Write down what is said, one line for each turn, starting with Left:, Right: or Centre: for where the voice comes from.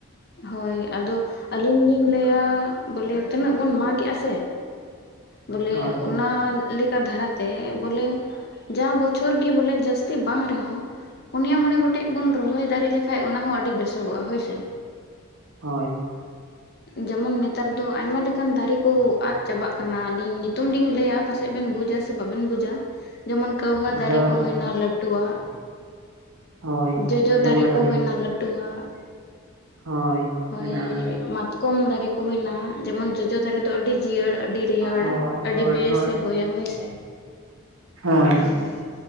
Left: ᱦᱳᱭ ᱟᱫᱚ ᱟᱞᱤᱧ ᱞᱤᱧ ᱞᱟᱹᱭᱟ ᱵᱚᱞᱮ ᱛᱤᱱᱟᱹᱜ ᱵᱚᱱ ᱢᱟᱜᱮᱫ-ᱟᱥᱮ ᱵᱚᱞᱮ
Right: ᱦᱳᱭ
Left: ᱚᱱᱟ ᱞᱮᱠᱟ ᱫᱷᱟᱨᱟᱛᱮ ᱵᱚᱞᱮ ᱡᱟ ᱵᱚᱪᱷᱚᱨ ᱜᱮ ᱵᱚᱞᱮ ᱡᱟᱹᱥᱛᱤ ᱵᱟᱝ ᱨᱮᱦᱚᱸ ᱯᱩᱱᱭᱟ ᱢᱚᱬᱮ ᱜᱚᱴᱮᱡ ᱵᱚᱱ ᱨᱚᱦᱚᱭ ᱫᱟᱲᱮ ᱞᱮᱠᱟᱱ ᱚᱱᱟ ᱦᱚᱸ ᱟᱹᱰᱤ ᱵᱮᱥᱚᱜᱚᱜ-ᱟ ᱦᱳᱭᱥᱮ᱾
Right: ᱦᱳᱭ
Left: ᱡᱮᱢᱚᱱ ᱱᱮᱛᱟᱨ ᱫᱚ ᱟᱭᱢᱟ ᱞᱮᱠᱟᱱ ᱫᱟᱨᱮ ᱠᱚ ᱟᱫ ᱪᱟᱵᱟᱜ ᱠᱟᱱᱟ ᱟᱞᱤᱧ ᱧᱩᱛᱩᱢ ᱞᱤᱧ ᱞᱟᱹᱭᱟ ᱯᱟᱥᱮᱡ ᱵᱮᱱ ᱵᱩᱡᱟ ᱥᱮ ᱵᱟᱵᱮᱱ ᱵᱩᱡᱟ ᱡᱮᱢᱚᱱ ᱠᱟᱹᱣᱦᱟᱹ
Right: ᱟᱫᱚ
Left: ᱫᱟᱨᱮ ᱠᱚ ᱦᱩᱭᱱᱟ ᱞᱟᱹᱴᱩᱣᱟᱜ
Right: ᱦᱳᱭ
Left: ᱡᱚᱡᱚ
Right: ᱟᱸᱡᱚᱢ
Left: ᱫᱟᱨᱮ
Right: ᱠᱟᱫᱟᱞᱤᱧ
Left: ᱠᱚ ᱦᱩᱭᱱᱟ ᱞᱟᱹᱴᱩᱣᱟᱜ᱾
Right: ᱦᱳᱭ
Left: ᱦᱳᱭ
Right: ᱢᱮᱱᱟᱜᱼᱟ
Left: ᱢᱟᱛᱠᱚᱢ ᱫᱟᱨᱮ ᱠᱚ ᱦᱩᱭᱱᱟ ᱡᱮᱢᱚᱱ ᱡᱚᱡᱚ ᱫᱟᱨᱮ ᱫᱚ ᱟᱹᱰᱤ ᱡᱤᱭᱟᱹᱲ ᱟᱹᱰᱤ ᱨᱮᱭᱟᱲ
Right: ᱦᱳᱭ
Left: ᱟᱹᱰᱤ
Right: ᱦᱳᱭ
Left: ᱵᱮᱥᱮ
Right: ᱦᱳᱭ
Left: ᱦᱳᱭᱟ ᱦᱳᱭᱥᱮ᱾
Right: ᱦᱳᱭ
Left: <unintelligible>